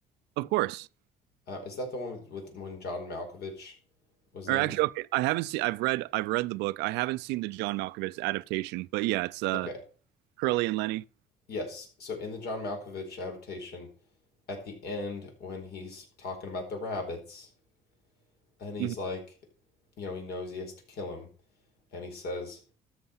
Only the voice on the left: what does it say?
Uh, is that the one with, with when John Malkovich was in?
Okay.
Yes. So in the John Malkovich adaptation, at the end when he's talking about the rabbits, and he's
like, you know, he knows he has to kill him, and he says,